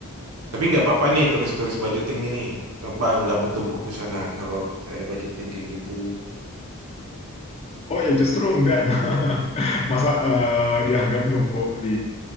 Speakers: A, on the right; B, on the left.
A: Tapi nggak apa-apa nih turis-turis budgeting gini. Eh, Bang, nggak bertumpuk di sana kalau saya budgeting kayak gitu.
B: Oh ya justru enggak. <laughs> Nah, masa eh, dianggap numpuk di